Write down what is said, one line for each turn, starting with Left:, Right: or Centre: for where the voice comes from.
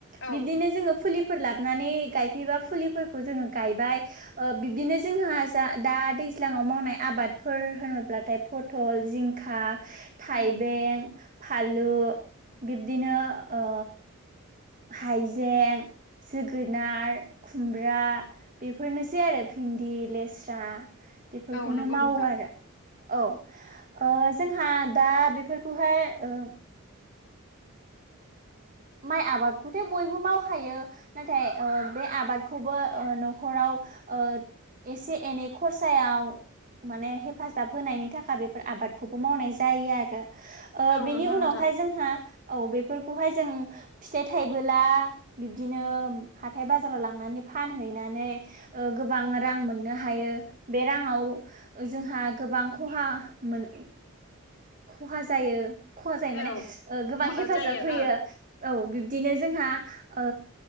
Left: औ
Right: बिदिनो जोङो फुलि फोर लानानै गायफैबा फुलिफोरखौ जोङो गायबाय ओ बिदिनो जोंहा दा दैज्लाङाव मावनाय आबादफोर होनोब्लाथाय फथल जिंखा थाइबें
Left: उम
Right: फालु बिब्दिनो ओ हाइजें जोगोनार खुमब्रा बेफोरनोसै आरो भिन्दि लेस्रा बेफोरखौनो
Left: औ नंगौ
Right: मावो
Left: नोंथां
Right: आरो औ ओ जोंहा दा बेफोरखौहाय ओ माइ आबाद खौथे बयबो मावखायो नाथाय ओ बे आबादखौबो ओ न'खराव ओ एसे एनै खरसायाव माने हेफाजाब होनायनि थाखाय बेफोर आबादखौबो मावनाय जायो आरो ओ
Left: औ
Right: बेनि
Left: नंगौ
Right: उनावहाय
Left: नोंथां
Right: जोंहा औ बेफोरखौहाय जों फिथाइ थायबोला बिबदिनो हाथाय बाजाराव लांनानै फानहैना नै ओ गोबां रां मोननो हायो बे राङाव जोंहा गोबां खहा मोन खहा जायो। खहा जायो माने
Left: औ
Right: गोबां
Left: मदद
Right: हेफाजाब
Left: जायो
Right: होयो
Left: ओ
Right: औ बिब्दिनो जोंहा ओ